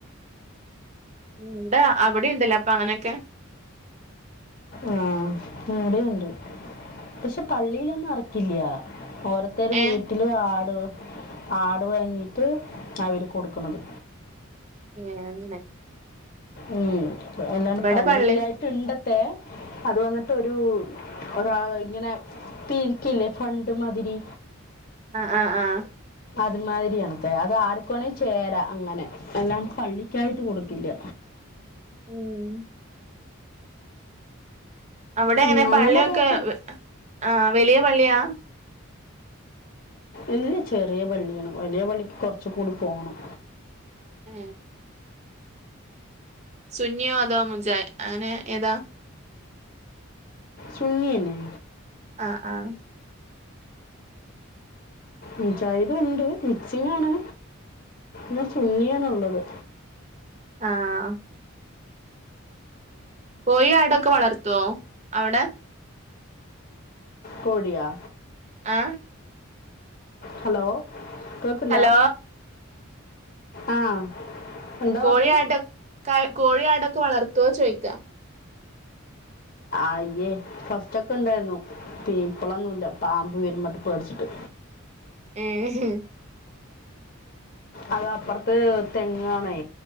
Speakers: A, on the right; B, on the left.
A: ണ്ടാ അവിടെ ഇണ്ട്ല്ലേ അപ്പൊ അങ്ങനെക്കെ?
B: ആ ഏടെണ്ട് പക്ഷെ പള്ളിയിലൊന്നും അറക്കില്യ ഓരോത്തര
A: ഏ
B: വീട്ടില് ആട്. ആട് വാങ്ങിട്ട് അവര് കൊടുക്കണത്.
A: ഏ അങ്ങനെ.
B: ഉം അല്ലാണ്ട്
A: ഇവിടെ
B: പള്ളിയിലായി
A: പള്ളി
B: ട്ട് ണ്ടത്തെ അത് വന്നിട്ടൊരു ഒരാൾ ഇങ്ങനെ പിരിക്കില്ലേ ഫണ്ട് മാതിരി.
A: ആഹ് ആഹ് ആഹ്
B: അത് മാതിരി ആണത്തെ അത് ആർക്കുവേണേൽ ചേരാ അങ്ങനെ. അല്ലാണ്ട് പള്ളിക്കായിട്ട് കൊടുക്കില്യ
A: ഉം അവിടെ
B: ഉം,
A: എങ്ങനെ
B: ഞങ്ങളുടെ
A: പള്ളിയൊക്കെ
B: അവിടെയൊക്കെ
A: ആ വലിയ പള്ളിയാ?
B: ഇല്യ ചെറിയ പള്ളിയാണ് വലിയ പള്ളിക്ക് കുറച്ച് കൂടി പോണം.
A: ഏ സുന്നിയോ അതോ മുജായ് അങ്ങനെ ഏതാ?
B: സുന്നിയന്നെ.
A: ആഹ്
B: മുജാഹിദുണ്ട് മിക്സിങ്ങാണ് ന്നസുന്നിയാണുള്ളത്.
A: ആഹ് കോയി ആടൊക്കെ വളർത്തുവോ അവിടെ?
B: കോഴിയാ?
A: ആഹ്
B: ഹലോ കേക്ക്ണ്ടാ
A: ഹലോ
B: ആ എന്താ
A: കോഴിയാട
B: പറഞ്ഞു
A: കോഴിയാടൊക്കെ വളർത്തോ ചോദിക്ക?
B: ആയ്യേ ഫസ്റ്റ് ഒക്കെ ഇണ്ടായിരുന്നു. പീപ്പളൊന്നുല്ല പാമ്പ് വരും പറഞ്ഞിട്ട് പേടിച്ചിട്ട്.
A: ഏഹ് <inaudible>
B: അതാ അപ്പറത്ത് തെങ്ങാണേ